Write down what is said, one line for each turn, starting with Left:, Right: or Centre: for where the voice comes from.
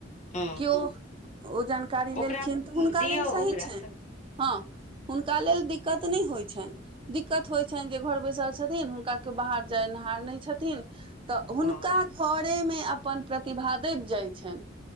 Left: हँ
Right: केओ ओ जानकारी
Left: ओकरा
Right: लेलखिन तऽ हुनका
Left: दियौ
Right: लेल सही
Left: ओकरा
Right: छनि
Left: तऽ
Right: हँ हुनका लेल दिक्कत नहि होइ छनि दिक्कत होई छनि जे घर बैसल छथिन हुनका कियो बाहर जैनहार छथिन तऽ हुनका
Left: हँ
Right: घरेमे अपन प्रतिभा दैब जाइ छनि